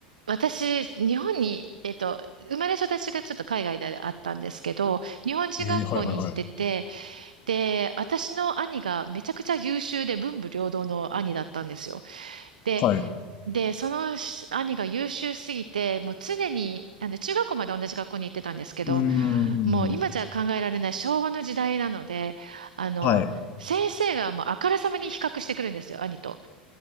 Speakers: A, on the right (about 80°); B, on the left (about 45°).
A: 私、日本に、えっと、生まれ育ちがちょっと海外であったんですけど、日本人学校に行ってて、
B: えー、はいはいはい。
A: で、私の兄がめちゃくちゃ優秀で文武両道の兄だったんですよ。で、
B: はい。
A: で、その兄が優秀すぎて、もう常に、あの、中学校まで同じ学校に行ってたんですけど、
B: うーん、
A: もう今じゃ考えられない昭和の時代なので、あの、
B: はい。
A: 先生がもうあからさまに比較してくるんですよ、兄と。